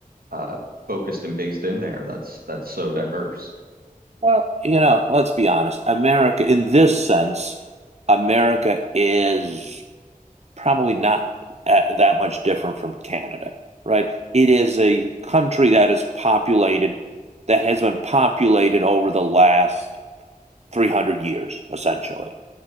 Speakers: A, on the right; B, on the right.
A: uh, focused and based in there. That's that's so diverse.
B: well, you know, let's be honest. America, in this sense, America is probably not a- that much different from Canada, right? It is a country that is populated, that has been populated over the last 300 years, essentially,